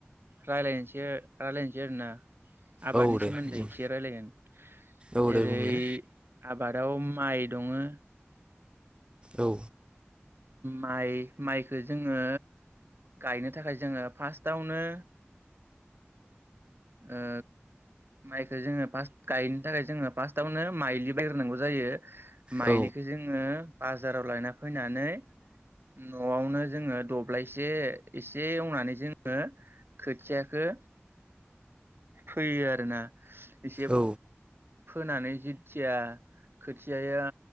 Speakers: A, on the right; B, on the right.
A: रायलायनोसै रायलायनोसै आरोना आबादनि
B: औ दे
A: सोमोन्दै
B: बुं
A: एसे रायलायगोन
B: औ
A: जेरै
B: दे बुंलाय
A: आाबद आबादाव माइ दोङो
B: औ।
A: माइ माइखो जोङो गायनो थाखाय जोङो फार्स्टआवनो ओ माइखो जोङो फास्ट गायनो थाखाय जोङो फार्स्टआवनो माइलि बायग्रोनांगौ जायो माइलिखौ
B: औ
A: जोङो बाजाराव लायना फैनानै न'आवनो जोङो द जब्लासे एसे एवनानै जोङो खोथियाखौ फैयो आरो ना। एसे।
B: औ
A: फोनानै जिथिया खोथियाया